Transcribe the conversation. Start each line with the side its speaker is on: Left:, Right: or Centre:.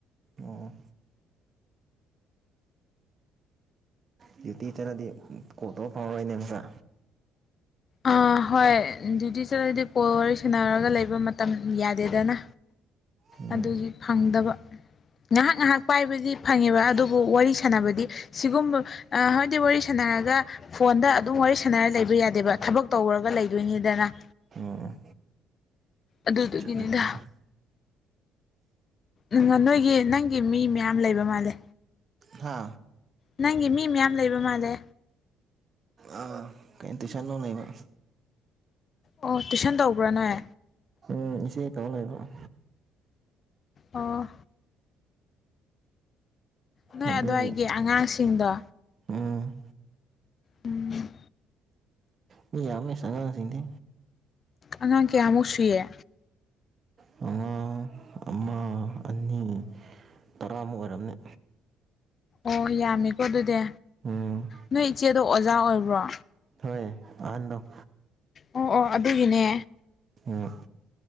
Right: ꯑꯣ ꯗꯌꯨꯇꯤ ꯆꯠꯔꯗꯤ ꯀꯣꯜꯇꯧꯕ ꯐꯥꯡꯉꯔꯣꯏꯅꯦ ꯑꯃꯨꯛꯀ
Left: ꯑꯥ ꯑꯍꯣꯏ ꯗ꯭ꯨꯌꯇꯤ ꯆꯠꯂꯗꯤ ꯀꯣꯜ ꯋꯥꯔꯤ ꯁꯥꯟꯅꯔꯒ ꯂꯩꯕ ꯃꯇꯝ ꯌꯥꯗꯦꯗꯅ
Right: ꯎꯝ
Left: ꯑꯗꯨꯒꯤ ꯐꯪꯗꯕ ꯉꯥꯏꯍꯥꯛ ꯉꯥꯏꯍꯥꯛ ꯄꯥꯏꯕꯗꯤ ꯐꯪꯉꯦꯕ ꯑꯗꯨꯕꯨ ꯋꯥꯔꯤ ꯁꯥꯟꯅꯕꯗꯤ ꯁꯤꯒꯨꯝꯕ ꯍꯥꯏꯗꯤ ꯋꯥꯔꯤ ꯁꯅ ꯁꯥꯟꯅꯔꯒ ꯐꯣꯟꯗ ꯑꯗꯨꯝ ꯋꯥꯔꯤ ꯁꯥꯟꯅꯔꯒ ꯂꯩꯕ ꯌꯥꯗꯦꯕ ꯊꯕꯛ ꯇꯧꯔꯒ ꯂꯩꯗꯣꯏꯅꯤꯗꯅ
Right: ꯎꯝ
Left: ꯑꯗꯨꯗꯨꯒꯤꯅꯤꯗ
Right: ꯆꯨꯝꯃꯦ ꯆꯨꯝꯃꯦ
Left: ꯎꯝ ꯅꯣꯏꯒꯤ ꯅꯪꯒꯤ ꯃꯤ ꯃꯌꯥꯝ ꯂꯩꯕ ꯃꯥꯜꯂꯦ
Right: ꯍꯥ
Left: ꯅꯪꯒꯤ ꯃꯤ ꯃꯌꯥꯝ ꯂꯩꯕ ꯃꯥꯜꯂꯦ
Right: ꯑꯥ ꯇꯨꯏꯁꯟ ꯂꯧꯂꯩꯕ
Left: ꯑꯣ ꯇꯨꯏꯁꯟ ꯇꯧꯕ꯭ꯔꯣ ꯅꯣꯏ
Right: ꯎꯝ ꯏꯆꯦ ꯇꯧ ꯂꯩꯕ
Left: ꯑꯣ ꯅꯣꯏ
Right: ꯑꯗꯨꯒꯤ
Left: ꯑꯗꯨꯋꯥꯏꯒꯤ ꯑꯉꯥꯡꯁꯤꯡꯗꯣ
Right: ꯎꯝ
Left: ꯎꯝ
Right: ꯃꯤ ꯌꯥꯝꯃꯦ ꯑꯉꯥꯡꯁꯤꯡꯗꯤ
Left: ꯑꯉꯥꯡ ꯀꯌꯥꯃꯨꯛ ꯁꯨꯏꯌꯦ
Right: ꯑꯉꯥꯡ ꯑꯃ ꯑꯅꯤ ꯇꯔꯥꯃꯨꯛ ꯑꯣꯏꯔꯝꯅꯤ
Left: ꯑꯣ ꯌꯥꯝꯃꯤꯀꯣ ꯑꯗꯨꯗꯤ
Right: ꯎꯝ
Left: ꯅꯣꯏ ꯏꯆꯦꯗꯣ ꯑꯣꯖꯥ ꯑꯣꯏꯕ꯭ꯔꯣ
Right: ꯍꯣꯏ ꯑꯍꯟꯗꯣ
Left: ꯑꯣ ꯑꯣ ꯑꯗꯨꯒꯤꯅꯦ
Right: ꯎꯝ